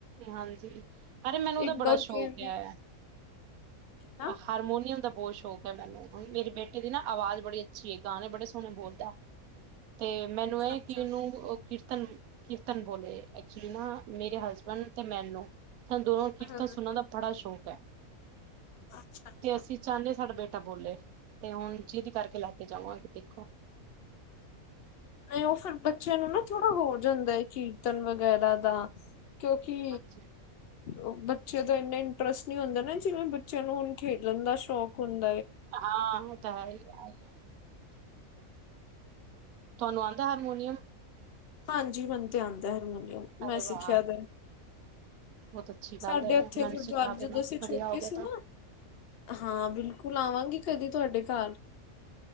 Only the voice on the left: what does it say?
ਇੰਡੋਰ
ਗੇਮ ਵੀ
ਨਾ।
ਅੱਛਾ ਅੱਛਾ
ਹਾਂ
ਅੱਛਾ ਅੱਛਾ
ਨਈ ਔ ਫਿਰ ਬੱਚਿਆਂ ਨੂੰ ਨਾ ਥੋੜ ੜਾ ਹੋ ਜਾਂਦਾ ਐ ਕਿ ਤਨ ਵਗੈਰਾ ਦਾ ਕਿਉਂਕਿ
ਔ ਬੱ ਚੇ ਦਾ ਇੰਨਾ ਇੰਟਰਸਟ ਨੀ ਹੁੰਦਾ ਨਾ ਜਿਵੇਂ ਬੱਚਿਆਂ ਨੂੰ ਹੁਣ ਖੇਡਣ ਦਾ ਸ਼ੌਕ ਹੁੰਦ
ਹਾਂਜੀ ਮੈਨੂੰ ਤੇ ਆਂਦੈ ਹਰਮੋਨੀਅਮ।
ਮੈਂ
ਸਿੱਖਿਆ ਦੈ।
ਸਾਡੇ
ਉੱਥੇ
ਗੁਰਦੁਆਰੇ
ਜਦੋਂ
ਅਸੀਂ ਛੋਟੇ
ਸੀ
ਨਾ, ਹਾਂ ਬਿਲਕੁਲ ਆਵਾਂਗੀ। ਕਦੀ ਤੁਹਾਡੇ ਘਰ,